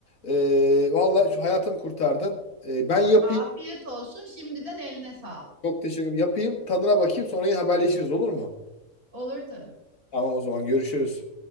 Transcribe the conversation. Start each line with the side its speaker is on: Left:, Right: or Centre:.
Left: E, vallahi şu hayatımı kurtardın. E, ben yapayım.
Right: Afiyet olsun şimdiden eline sağlık.
Left: Çok teşekkür ederim. Yapayım. Tadına bakayım. Sonra yine haberleşiriz olur mu?
Right: Olur tabii.
Left: Tamam o zaman görüşürüz.